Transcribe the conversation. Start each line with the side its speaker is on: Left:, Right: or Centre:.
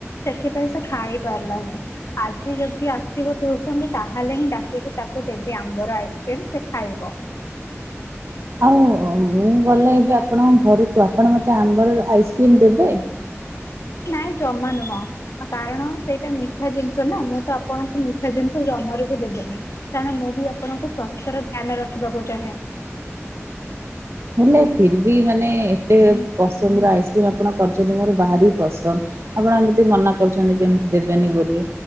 Left: ସେଥିପାଇଁ ସେ ଖାଇ ପାରିଲାନି, ଆଜି ଯଦି ଆସିବ ଟିଉସନ ରୁ ତାହେଲେ ହିଁ ଡାକିକି ତାକୁ ଦେବି ଆମ୍ବର ଆଇସ୍କ୍ରିମ୍ ସେ ଖାଇବ।
Right: ଆଉ ମୁଁ ଗଲେ ଏବେ ଆପଣଙ୍କ ଘରକୁ ଆପଣ ମୋତେ ଆମ୍ବର ଆଇସ୍କ୍ରିମ୍ ଦେବେ?
Left: ନାଇଁ ଜମା ନୁହଁ, କାରଣ ସେଇଟା ମିଠା ଜିନିଷ ନା ମୁଁ ତ ଆପଣଙ୍କୁ ମିଠା ଜିନିଷ ଜମାରୁ ବି ଦେବିନି, କାରଣ ମୁଁ ବି ଆପଣଙ୍କୁ ସ୍ଵାସ୍ଥ୍ୟର ଧ୍ୟାନ ରଖିବାକୁ ଚାହେଁ।
Right: ହେଲେ ଫିର୍ ବି ମାନେ ଏତେ ପସନ୍ଦର ଆଇସ୍କ୍ରିମ୍ ଆପଣ କରିଚନ୍ତି ମୋର ବାହାରି ପସନ୍ଦ, ଆପଣ ଏମିତି ମନା କରୁଚନ୍ତି କେମତି ଦେବେନି ବୋଲି,